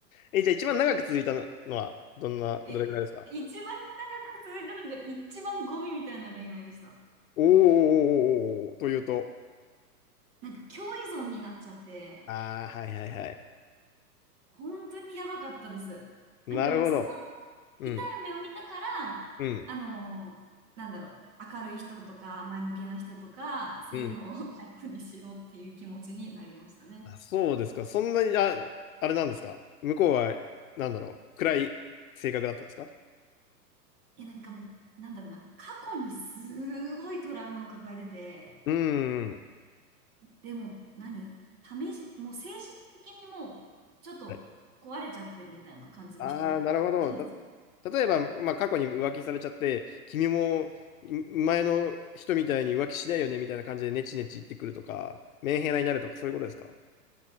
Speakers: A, on the left (about 55°); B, on the right (about 65°).
A: え、じゃあ一番長く続いたのは、どんな、どれくらいですか
B: え、一番長く続いたのが一番ゴミみたいな恋愛でした。
A: おーおーおーおーおーおーというと。
B: なんか、共依存になっちゃって、
A: ああ、はいはいはい。
B: 本当にやばかったです。
A: なるほど。
B: なんかもうそこの
A: うん、
B: 痛い目を見たから、
A: うん、
B: あの、なんだろう、明るい人とか、前向きな人とか、そういうのをタイプにしようっていう気持ちになりましたね。
A: うん。あ、そうですか。そんなに、あ、あれなんですか。向こうは、なんだろう。暗い性格だったんですか
B: いや、なんかもう、なんだろうな、過去にすごいトラウマを抱えてて、
A: うーん。
B: でも何、試し、もう精神的にもうちょっと壊れちゃってるみたいな感じの人で
A: はいああー、なるほど。た、
B: すよ。
A: 例えば、まあ、過去に浮気されちゃって、君もん前の人みたいに浮気しないよねみたいな感じでネチネチ言ってくるとか、メンヘラになるとか、そういうことですか